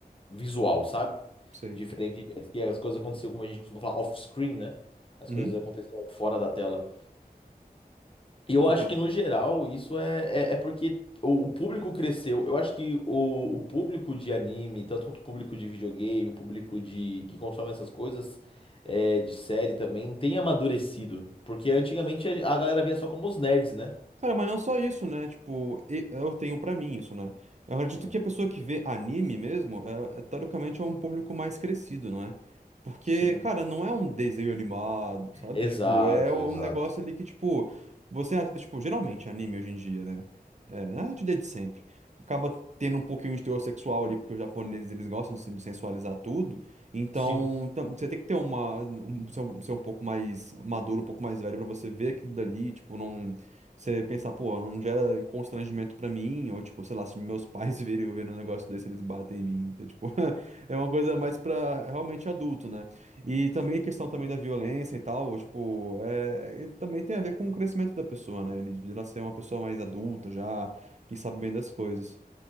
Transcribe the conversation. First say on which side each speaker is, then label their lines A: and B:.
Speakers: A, on the left (about 35°); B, on the right (about 45°).
A: visual, sabe?
B: sei.
A: Diferente de antes, que as coisas aconteciam como a gente costuma falar off-screen, né? As
B: Uhum.
A: coisas aconteciam fora da tela. E eu
B: Ok.
A: acho que, no geral, isso é, é, é porque o, o público cresceu. Eu acho que o, o público de anime, tanto quanto o público de videogame, o público de que consome essas coisas, é, de série também, tem amadurecido. Porque antigamente a galera via só como os nerds, né?
B: Cara, mas não só isso, né? Tipo, e- eu tenho pra mim isso, né? Eu acredito
A: Hum,
B: que a pessoa que vê anime mesmo, é, é, teoricamente é um público mais crescido, não é? Porque,
A: Sim.
B: cara, não é um desenho animado, sabe?
A: Exato,
B: Tipo, é um
A: exato.
B: negócio ali que, tipo, você, a- tipo, geralmente anime hoje em dia, né? É, na verdade, desde sempre. Acaba tendo um pouquinho de teor sexual ali, porque os japoneses, eles gostam de, sen- de sensualizar tudo. Então,
A: Sim.
B: tam- você tem que ter uma, um- ser um, ser um pouco mais maduro, um pouco mais velho pra você ver aquilo dali, tipo, não você pensar, pô, não gera constrangimento pra mim, ou tipo, sei lá, se meus pais <laughs> verem, verem um negócio desse, eles batem em mim. Então, tipo, <laughs> é uma coisa mais pra realmente adulto, né? E também a questão também da violência e tal, tipo, é, e também tem a ver com o crescimento da pessoa, né? Ele de nascer uma pessoa mais adulta já, que sabe bem das coisas.